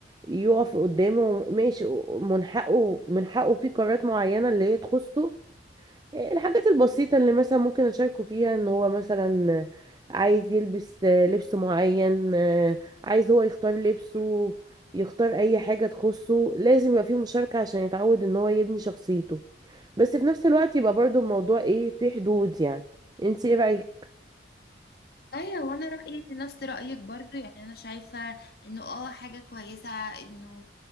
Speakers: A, on the right; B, on the left.
A: يقف قدامه ماشي من حقه من حقه في قرارات معينة اللي هي تخصه الحاجات البسيطة اللي مثلا ممكن أشاركه فيها إن هو مثلا عايز يلبس لبس معين عايز هو يختار لبسه يختار أي حاجة تخصه لازم يبقى فيه مشاركة عشان يتعود إن هو يبني شخصيته بس في نفس الوقت يبقى برضو الموضوع إيه فيه حدود يعني انتي إيه رأيك؟
B: ايوه وانا رأيي نفس رأيك برضو يعني انا شايفة انه اه حاجة كويسة انه